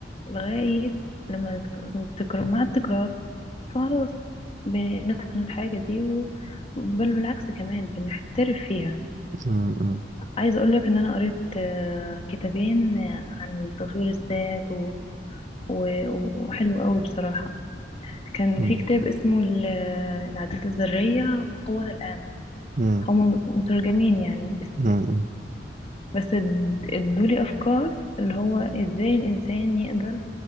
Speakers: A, on the left (about 35°); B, on the right (about 45°).
A: لغاية لما نت- نتكرر مع التكرار فخلاص بنتقن الحاجة دي و... بل بالعكس كمان بنحترف فيها
B: مم،
A: عايزة أقولك إن أنا قريت آه، كتابين عن تطوير الذات و... و... وحلو قوي بصراحة كان
B: مم،
A: في كتاب اسمه ال- العادات الذرية وقوة الآن
B: مم،
A: هما مترجمين يعني بس
B: مم، مم.
A: بس اد- ادولي أفكار اللي هو إزاي الإنسان يقدر